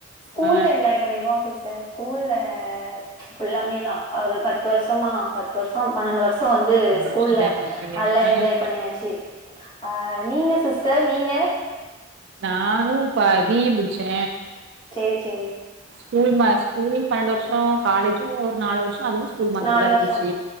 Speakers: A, on the left; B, on the right.
A: ஸ்கூல்ல
B: ஆ
A: என்ஜாய் பண்ணிருக்கோ சிஸ்டர் ஸ்கூல்ல ஃபுல்லாமே தா ஒரு பத்து வர்ஷ் த்தமா பத்து வர்ஷோ பன்னண்டு வர்ஷ் <unintelligible> வந்து
B: நல்ல
A: ஸ்கூல்ல
B: வருஷம் என்ஜாய் பண்ணிருப்பீங்க
A: நல்லா
B: ஆ
A: என்ஜாய் பண்ணியாச்சு அ நீங்க சிஸ் டர் நீங்க
B: நானு இப்ப பி இ முடிச்சே
A: சேரி சேரி
B: ஸ்கூல் <unintelligible> ஸ்கூல் பன்னண்டு வர்ஷோ காலேஜு ஒரு நாலு வர்ஷ் அதுவு ஸ்கூல் மாதிரி
A: நாலு
B: தா இருந்துச்சு
A: வருஷோ